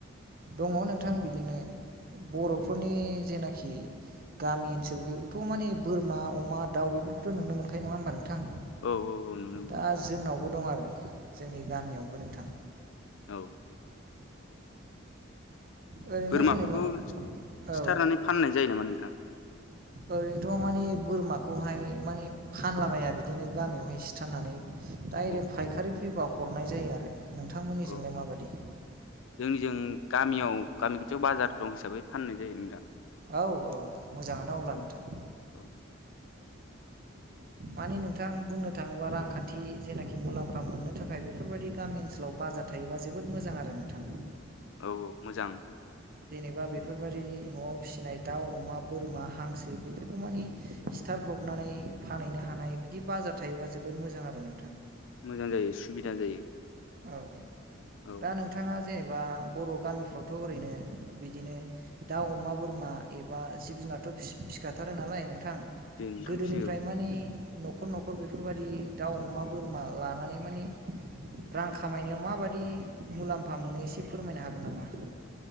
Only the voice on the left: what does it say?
औ औ औ नुनो मोनो
औ
बोरमाफोरखौ
सिथारनानै फाननाय जायो नामा? नोंथां।
औ
औ औ
जोंनिजों गामियाव गामि खाथियाव बाजार दं हिसाबै फाननाय जायो नोंथां,
औ
औ
औ औ मोजां
मोजां जायो सुबिदा जायो।
औ
जे नोंथां
फिसियो